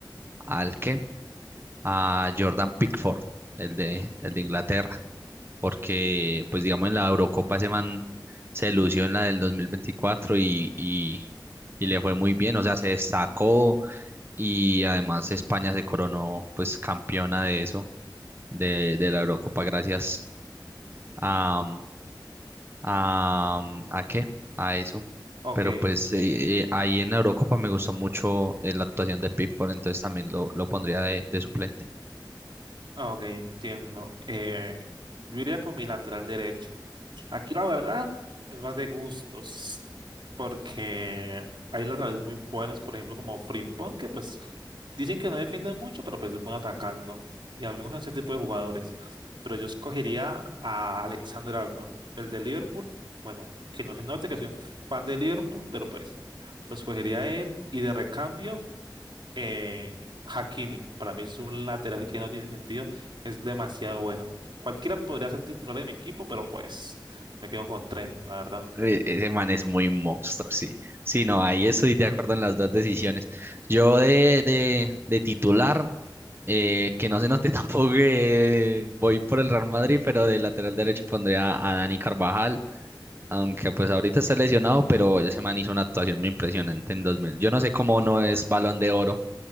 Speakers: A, on the right; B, on the right.
A: ¿al qué? A Jordan Pickford, el de, el de Inglaterra porque pues digamos en la Eurocopa ese man se lució en la del 2024 y, y, y le fue muy bien, o sea, se destacó y además España se coronó pues campeona de eso, de, de la Eurocopa gracias a, a, ¿a qué? A eso.
B: Ok,
A: Pero pues eh, eh, ahí en la Eurocopa me gustó mucho eh, la actuación de Pickford, entonces también lo, lo pondría de, de suplente.
B: Ah, ok, entiendo. Eh, yo iría con mi lateral derecho. Aquí la verdad es más de gustos, porque hay laterales muy buenos, por ejemplo, como Frimpong, que pues dicen que no defiende mucho, pero pues es bueno atacando. Y a mí me gustan ese tipo de jugadores. Pero yo escogería a Alexander Arnold, el de Liverpool. Bueno, que no se note que soy un fan de Liverpool, pero pues lo escogería a él. Y de recambio eh, Hakimi, para mí es un lateral que no tiene sentido, es demasiado bueno. Cualquiera podría ser titular de mi equipo, pero pues me quedo con Trent, la verdad.
A: E- Ese man es muy monstruo, sí. Sí, no, ahí estoy de acuerdo en las dos decisiones. Yo de, de, de titular, eh, que no se note <laughs> tampoco que voy por el Real Madrid, pero de lateral derecho pondría a Dani Carvajal, aunque pues ahorita está lesionado, pero ese man hizo una actuación muy impresionante en 2000. Yo no sé cómo no es Balón de Oro